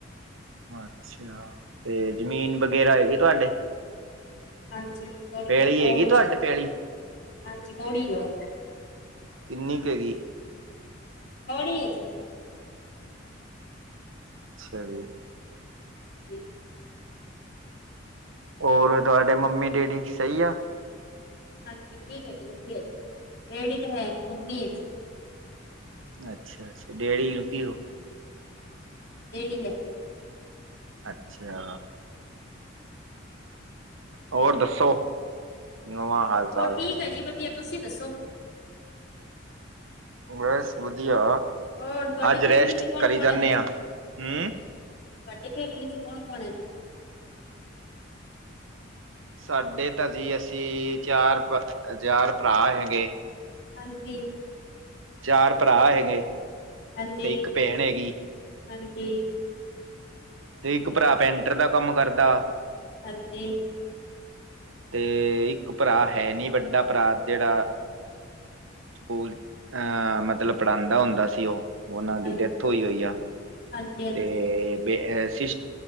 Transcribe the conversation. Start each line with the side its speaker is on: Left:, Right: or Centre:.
Right: ਅੱਛਾ, ਤੇ ਜ਼ਮੀਨ ਵਗੈਰਾ ਹੈਗੀ ਤੁਹਾਡੇ?
Left: ਹਾਂਜੀ, ਥੀ ਥੋੜ੍ਹੀ
Right: ਪੈਲੀ ਹੈਗੀ ਤੁਹਾਡੇ
Left: ਜਿਹੀ
Right: ਪੈਲੀ
Left: ਹਾਂਜੀ ਥੋੜ੍ਹੀ ਜਿਹੀ ਹੈ।
Right: ਕਿੰਨੀ ਕ ਹੈਗੀ।
Left: ਥੋੜੀ ਹੈ ਜੀ।
Right: ਅੱਛਾ ਜੀ।
Left: ਹਾਂਜੀ।
Right: ਹੋਰ ਤੁਹਾਡੇ ਮੰਮੀ ਡੈਡੀ ਸਹੀ ਆ?
Left: ਹਾਂਜੀ ਠੀਕ ਹੈ ਜੀ, ਵਧੀਆ ਹੈ ਡੈਡੀ ਤਾਂ ਹੈ ਨਹੀਂ ਮੰਮੀ ਹੈ ਜੀ।
Right: ਅੱਛਾ, ਅੱਛਾ ਡੇਡੀ ਨੂੰ ਕਿ ਹੋ ਗਿਆ।
Left: ਡੇਡੀ ਹੈ ਨਹੀਂ।
Right: ਅੱਛਾ। ਹੋਰ ਦੱਸੋ? ਨਵਾਂ ਹਾਲ
Left: ਹੋ
Right: ਚਾਲ
Left: ਠੀਕ ਹੈ ਜੀ ਵਧੀਆ, ਤੁਸੀਂ ਦੱਸੋ?
Right: ਬਸ ਵਧੀਆ,
Left: ਹੋਰ ਤੁਹਾਡੀ
Right: ਅੱਜ
Left: ਫੈਮਿਲੀ
Right: ਰੈਸਟ
Left: ਚ ਕੌਣ
Right: ਕਰੀ
Left: ਕੌਣ
Right: ਜਾਂਦੇ
Left: ਹੈ ਜੀ
Right: ਹਾ ਹਮ।
Left: ਤੁਹਾਡੀ ਫੈਮਲੀ ਚ ਕੋਣ, ਕੋਣ ਐ ਜੀ?
Right: ਸਾਡੇ ਤਾਂ ਜੀ ਅਸੀਂ ਚਾਰ, ਚਾਰ ਭਰਾ ਹੈਗੇ
Left: ਹਾਂਜੀ।
Right: ਚਾਰ ਭਰਾ ਹੈਗੇ।
Left: ਹਾਂਜੀ,
Right: ਤੇ ਇੱਕ ਭੈਣ ਹੈਗੀ
Left: ਹਾਂਜੀ।
Right: ਤੇ ਇੱਕ ਭਰਾ ਪੈਂਟਰ ਦਾ ਕੰਮ ਕਰਦਾ।
Left: ਹਾਂਜੀ।
Right: ਤੇ ਇੱਕ ਭਰਾ ਹੈ ਨੀ, ਵੱਡਾ ਭਰਾ ਜਿਹੜਾ ਸਕੂਲ ਅਹ ਮਤਲਬ ਪੜਾਦਾ ਹੁੰਦਾ ਸੀ ਔਹ, ਉਹਨਾਂ ਦੀ
Left: ਹਾਂਜੀ
Right: ਡੈਥ ਹੋਈ, ਹੋਈ ਆ।
Left: ਹਾਂਜੀ ਹਾਂਜੀ
Right: ਤੇ ਬੇਹ ਅ ਸਿਸ